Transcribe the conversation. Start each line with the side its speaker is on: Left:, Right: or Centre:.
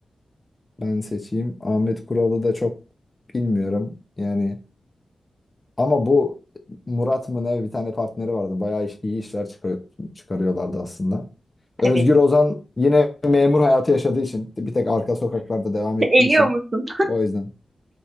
Left: ben seçeyim. Ahmet Kural'ı da çok bilmiyorum. Yani Ama bu Murat mı ne bir tane partneri vardı. Bayağı iş- iyi işler çıkar- çıkarıyorlardı aslında. Özgür
Right: Evet.
Left: Ozan yine memur hayatı yaşadığı için bir tek arka sokaklarda devam ettiği
Right: Eliyor
Left: için
Right: musun?
Left: o yüzden.